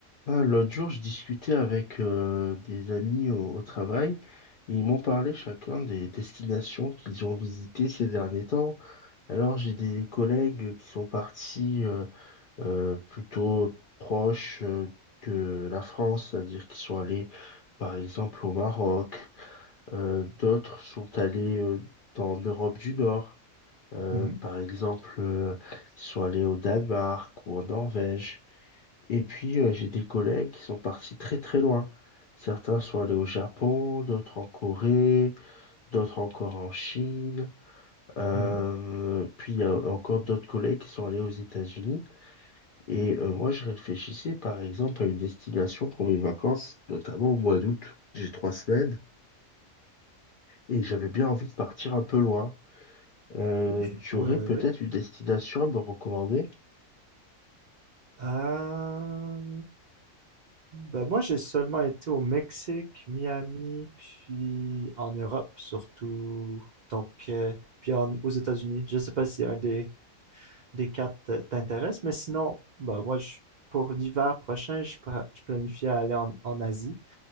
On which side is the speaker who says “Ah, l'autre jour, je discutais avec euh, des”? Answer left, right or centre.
Left